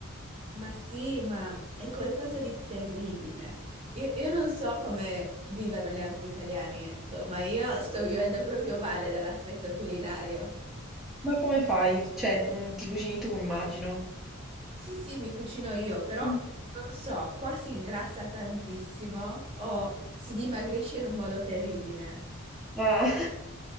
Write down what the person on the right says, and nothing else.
Ma sì, ma è qualcosa di terribile. Io, io non so come vivano gli altri italiani, ecco, ma io sto vivendo proprio male dall'aspetto culinario.
Sì, sì, mi cucino io, però
non so, qua si ingrassa tantissimo o si dimagrisce in un modo terribile.